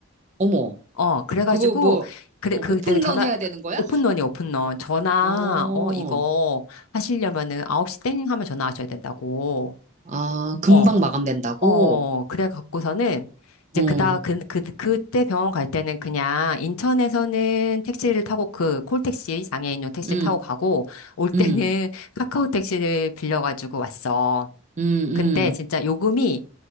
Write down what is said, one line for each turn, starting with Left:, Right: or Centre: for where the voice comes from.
Right: 어머,
Left: 어 그래가지고
Right: 그거 뭐,
Left: 그래
Right: 어,
Left: 그때
Right: 오픈런
Left: 전화
Right: 해야 되는 거야?
Left: 오픈런이 오픈런 전화
Right: 어,
Left: 어 이거 하시려면은 9시 땡 하면 전화하셔야 된다고
Right: 아, 금방
Left: 어
Right: 마감된다고?
Left: 어, 그래 갖고서는 이제
Right: 어,
Left: 그다 그, 그 그때 병원 갈 때는 그냥 인천에서는 택시를 타고 그 콜택시 장애인용 택시
Right: 음,
Left: 타고 가고 올 때는
Right: 음,
Left: <laughs> 카카오 택시를 빌려 가지고 왔어.
Right: 음,
Left: 근데
Right: 음,
Left: 진짜 요금이